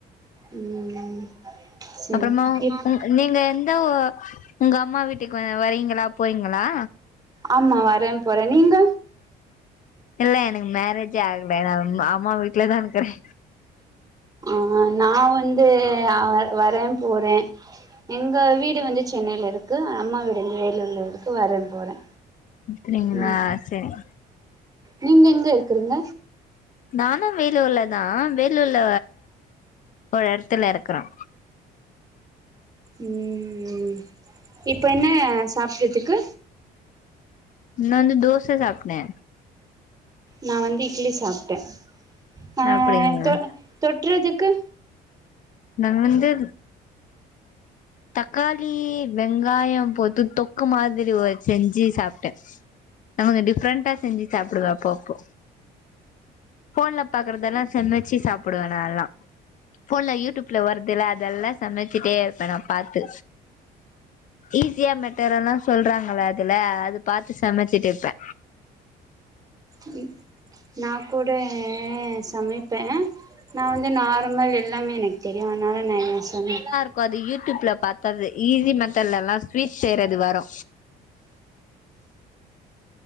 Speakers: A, on the right (about 20°); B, on the left (about 50°).
A: ம் செரி
B: அப்புறமா
A: இப்
B: உ நீங்க எந்த உங்க அம்மா வீட்டுக்கு வரீங்களா போறீங்களா
A: ஆமா வரே போறே நீங்க
B: இல்ல எனக்கு மேரேஜே ஆகல நா அம் அம்மா வீட்ல தா இருக்கறே
A: ம் நா வந்து அ வரே போறே எங்க வீடு வந்து சென்னைல இருக்கு அம்மா வீடு வந்து வேலூர்ல இருக்கு வர போறே
B: பிடிங்களா
A: ம்
B: சேரிங்
A: நீங்க எங்க இருக்குறீங்க
B: நானு வேலூர்ல தா வேலூர்ல ஒரு எடத்துல இருக்கறோ
A: ம் இப்ப என்ன சாப்பிடறதுக்கு
B: நா வந்து தோச சாப்டே
A: நா வந்து இட்லி சாப்ட்டே அ
B: அப்படிங்களா
A: தொ தொட்றதுக்கு
B: நா வந்து தக்காளி வெங்காயம் போட்டு தொக்கு மாதிரி ஒ செஞ்சு சாப்டே நா கொஞ்சோ டிஃப்ரெண்டா செஞ்சு சாப்டுவே அப்போ அப்போ ஃபோன்ல பாக்கறதெல்லா சமச்சு சாப்பிடுவே நால்லா ஃபோன்ல யூடியூப் ல வர்துல அதெல்லா சமைச்சிட்டே இருப்பே நா பாத்து ஈஸியா மெத்தெட் எல்லா சொல்றாங்கள அதுல அது பாத்து சமைச்சுட்டு இருப்பே
A: ம் நா கூட சமைப் பே நா வந்து நார்மல் எல்லாமே எனக்கு தெரியு அதனால நா எ சமை
B: க்கு அது யூடியூப்ல பாத்தர்ரது ஈஸி மெத்தட்லல்லா ஸ்வீட் செய்றது வரு